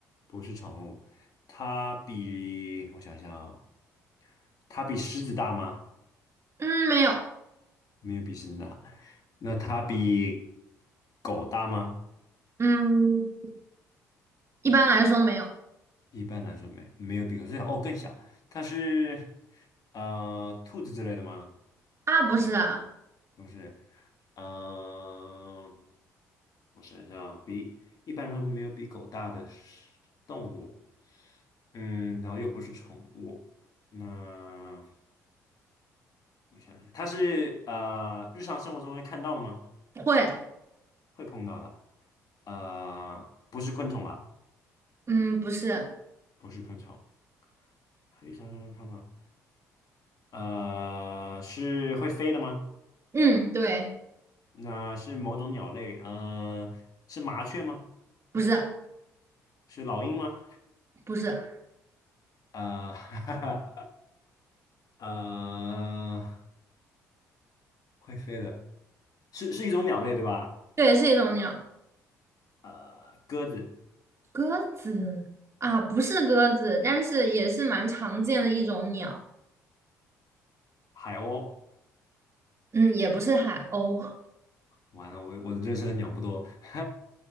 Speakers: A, on the left (about 50°); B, on the right (about 35°).
A: 不是宠物，它比我想想啊。它比狮子大吗？
B: 嗯，没有，
A: 没有比狮子大。那它比狗大吗？
B: 嗯，一般来说没有
A: 一般来说没有没有比狗小，哦，更小。它是呃兔子之类的吗？
B: 啊，不是啊，
A: 不是，嗯、呃我想想，比一般来说没有比狗大的是动物，嗯，然后又不是宠物，那我想想，它是呃日常生活中会看到的吗？
B: 会，
A: 会碰到的，呃，不是昆虫吧？
B: 嗯，不是，
A: 不是昆虫，黑山上上看到，呃，是会飞的吗？
B: 嗯，对，
A: 那是某种鸟类，呃，是麻雀吗？
B: 不是，
A: 是老鹰吗？
B: 不是，
A: 呃，<laughs> 呃，会飞的，是是一种鸟类对吧？
B: 对，是一种鸟。
A: 呃，鸽子、
B: 鸽子啊，不是鸽子，但是也是蛮常见的一种鸟。
A: 海鸥，
B: 嗯，也不是海鸥，
A: 完了，我我认识的鸟不多，<laughs>